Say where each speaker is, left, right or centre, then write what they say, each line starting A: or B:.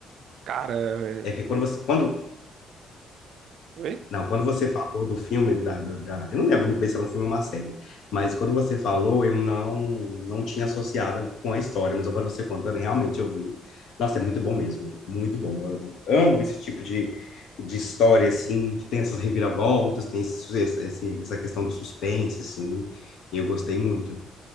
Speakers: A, on the right; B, on the left.
A: Cara,
B: É
A: é...
B: que
A: hum,
B: quando você, quando
A: oi?
B: Não, quando você falou do filme, da, do- da, eu não lembro muito bem se era um filme ou uma série, mas quando você falou, eu não não tinha associado com a história, mas agora você contando, realmente eu vi. Nossa, é muito bom mesmo, muito bom. Eu amo esse tipo de, de história, assim, que tem essas reviravoltas, tem esse, esse- essa questão do suspense, assim, e eu gostei muito,